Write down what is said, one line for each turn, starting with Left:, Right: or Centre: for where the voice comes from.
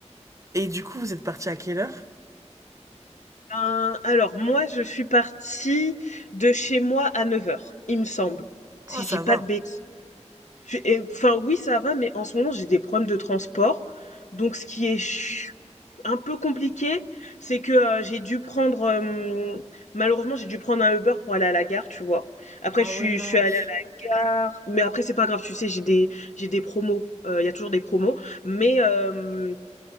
Right: Et du coup, vous êtes parti à quelle heure?
Left: Ben, alors, moi, je suis partie de chez moi à neuf heures, il me semble. Si
Right: Oh, ça
Left: je dis pas
Right: va.
Left: de bêtises. J'ai et enfin oui, ça va, mais en ce moment, j'ai des problèmes de transport. Donc ce qui est ch- un peu compliqué, c'est que euh, j'ai dû prendre euh, malheureusement, j'ai dû prendre un Uber pour aller à la gare, tu vois. Après
Right: Ah
Left: je
Right: ouais,
Left: suis
Right: mince.
Left: je suis allée à la gare, mais après c'est pas grave, tu sais, j'ai des j'ai des promos, euh, il y a toujours des promos, mais euh,